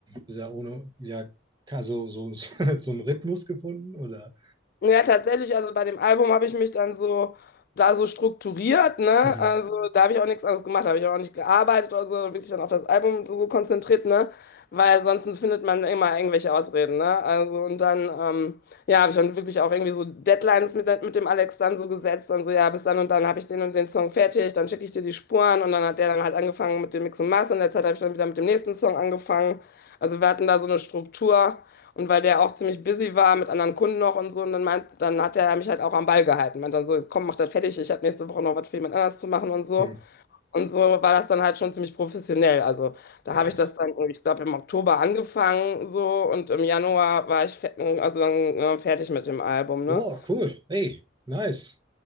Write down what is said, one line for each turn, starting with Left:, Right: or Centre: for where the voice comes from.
Right: sehr ohne, ja, ka- so, so, <laughs> so einen Rhythmus gefunden? Oder?
Left: Ja, tatsächlich, also bei dem Album habe ich mich dann so da so strukturiert, ne?
Right: Mhm.
Left: Also da habe ich auch nichts anderes gemacht, da habe ich auch nicht gearbeitet oder so, wirklich dann auf das Album so so konzentriert, ne? Weil sonst findet man immer irgendwelche Ausreden, ne? Also und dann, ähm, ja, habe ich dann wirklich auch irgendwie so Deadlines mit, mit dem Alex dann so gesetzt, dann so, ja, bis dann und dann habe ich den und den Song fertig, dann schicke ich dir die Spuren und dann hat der dann halt angefangen mit dem Mix und Master und in der Zeit habe ich dann wieder mit dem nächsten Song angefangen. Also wir hatten da so eine Struktur. Und weil der auch ziemlich busy war mit anderen Kunden noch und so, und dann meint, dann hat er mich halt auch am Ball gehalten. Meint dann so, komm, mach das fertig, ich habe nächste Woche noch was für jemand anders zu machen und so.
Right: Mhm.
Left: Und so war das dann halt schon ziemlich professionell. Also da
Right: Nice.
Left: habe ich das dann, ich glaube, im Oktober angefangen so und im Januar war ich fe- also dann, ja, fertig mit dem Album, ne?
Right: Wow, cool. Hey, nice.